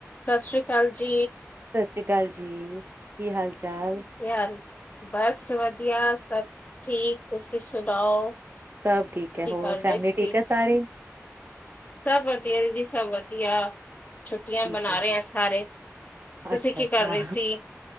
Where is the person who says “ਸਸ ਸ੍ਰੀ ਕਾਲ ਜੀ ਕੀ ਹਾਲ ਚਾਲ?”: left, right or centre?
Right